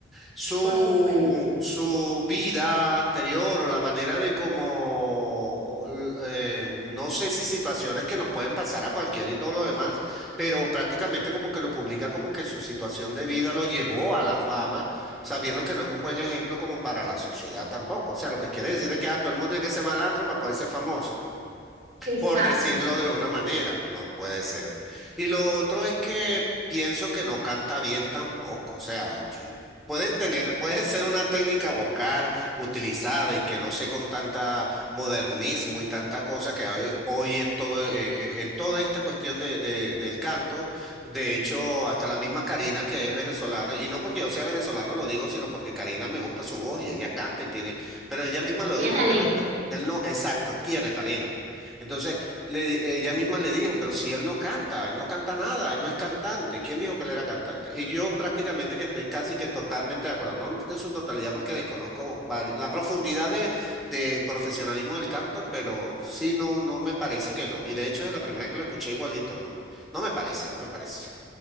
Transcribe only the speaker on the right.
por supuesto,
exacto.
Tiene
talento.